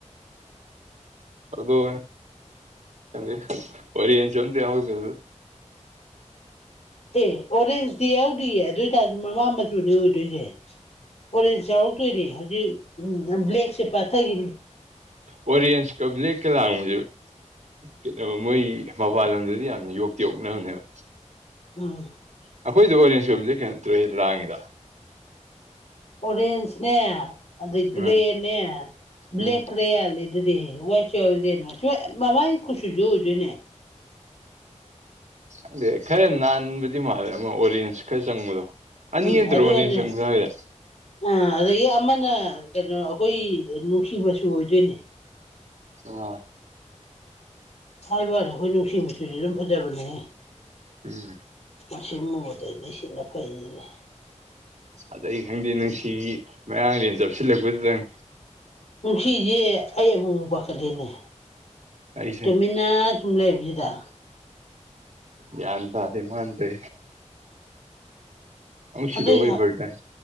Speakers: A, on the right; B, on the left.
A: ꯑꯗꯣ ꯑꯗ ꯋꯥꯔꯤꯔꯤ ꯌꯦꯟꯁꯨ ꯑꯇ ꯌꯥꯎꯒꯣ
B: ꯑꯦ ꯑꯣꯔꯦꯟꯖꯇꯤ ꯌꯥꯎꯗꯣꯏꯌꯦ ꯑꯗꯨ ꯑꯣꯏꯇꯥꯔꯗꯤ ꯃꯃꯥ ꯃꯆꯨꯅꯦ ꯑꯣꯏꯗꯣꯏꯁꯦ ꯑꯣꯔꯦꯟꯖ ꯌꯥꯎꯔꯛꯇꯣꯏꯅꯦ ꯍꯧꯖꯤꯛ ꯎ ꯕ꯭ꯂꯦꯛꯁꯦ ꯄꯥꯊꯈꯤꯅꯤ
A: ꯑꯣꯔꯤꯟꯖ ꯀ ꯂꯀ ꯂꯥꯦ ꯀꯩꯅꯣ ꯃꯣꯏ ꯃꯄꯥꯟ ꯂꯝꯗꯗꯤ ꯌꯥꯝ ꯌꯣꯛꯇꯤ ꯌꯣꯛꯅꯕꯅꯦꯕ
B: ꯎꯝ
A: ꯑꯩꯈꯣꯏꯗ ꯑꯣꯔꯦꯟꯖ ꯔꯣꯝꯁꯦ ꯀꯩꯅꯝꯇ ꯂꯥꯡꯉꯤꯗ
B: ꯑꯣꯔꯦꯟꯖꯅꯦ ꯑꯗꯩ
A: ꯎꯝ
B: ꯒ꯭ꯔꯦꯅꯦ ꯕ꯭ꯂꯦꯛꯅꯦꯦ
A: ꯎꯝ
B: ꯑꯗꯨꯗꯤ ꯋꯥꯏꯁꯨꯎꯗꯦꯅ ꯃꯃꯒꯤ ꯀꯨꯠꯁꯨꯁꯨ ꯑꯣꯏꯗꯣꯏꯅꯦ
A: ꯑꯗꯨꯗꯤ ꯈꯔ ꯅꯥꯟꯕꯗꯤ ꯃꯥꯜꯂꯦ ꯑꯃ ꯑꯣꯔꯦꯟꯖ ꯈꯔ ꯆꯪꯕꯗꯣ ꯑꯅꯤ
B: ꯎꯝ
A: ꯌꯦꯟꯗ꯭ꯔꯣ
B: ꯑꯗꯨꯒꯅꯦ
A: ꯋꯥꯔꯤꯅꯤ ꯆꯪꯁ ꯍꯥꯏꯔꯦ
B: ꯑꯥ ꯑꯗꯒꯤ ꯑꯃꯅ ꯀꯩꯅꯣ ꯑꯩꯈꯣꯏ ꯅꯨꯡꯁꯤꯕꯁꯨ ꯑꯣꯏꯗꯣꯏꯅꯦ
A: ꯑ
B: ꯍꯥꯏꯕꯁ ꯑꯩꯈꯣꯏ ꯅꯨꯡꯁꯤꯕꯁꯨꯨꯁꯨ ꯑꯗꯨꯝ ꯐꯖꯕꯅꯦꯍꯦ
A: ꯎꯝ
B: ꯃꯁꯤ ꯃꯗ ꯍꯥꯏꯁꯤꯅ ꯐꯥꯏꯖ ꯂꯩ
A: ꯑꯗ ꯑꯩ ꯈꯪꯗꯦ ꯅꯨꯡꯁꯤ ꯃꯌꯥꯥꯡꯗ ꯆꯞꯁꯤꯜꯂꯛꯄꯗꯨꯗꯪ
B: ꯅꯨꯡꯁꯤꯁꯦ ꯑꯩ ꯑꯃꯨꯛꯛ ꯄꯥꯈꯠꯂꯤꯅꯦ
A: ꯑꯩꯁꯨ
B: ꯇꯣꯃꯤ ꯊꯨꯝꯂꯦꯕꯤꯗꯗꯥ
A: ꯌꯥ ꯇ ꯑꯗꯨꯃ ꯇꯦ ꯁꯤꯗꯣꯛꯈ꯭ꯔꯗꯤ
B: ꯑꯗꯩ
A: ꯐꯔꯛ ꯇꯥꯏ